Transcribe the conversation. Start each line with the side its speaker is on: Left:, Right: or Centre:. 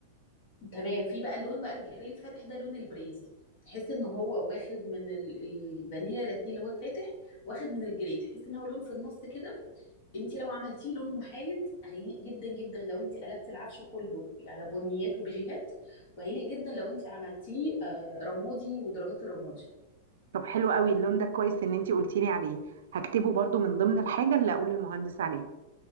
Left: تمام في بقى اللون بقى الجري الفاتح ده لون البريز تحس ان هو واخد من ال- الفانيلا لاتيه اللي هو الفاتح واخد من الجري تحس ان هو لون في النص كده انت لو عملتيه لون محايد هيليق جدا جدا لو انت قلبتي العفش كله ب- على بنيات وبيجيهات وهيليق جدا لو انت عملتيه آه، رمادي ودرجات الرمادي
Right: طب حلو قوي اللون ده كويس ان انتي قلتي لي عليه هكتبه برضو من ضمن الحاجه اللي اقول للمهندس عليها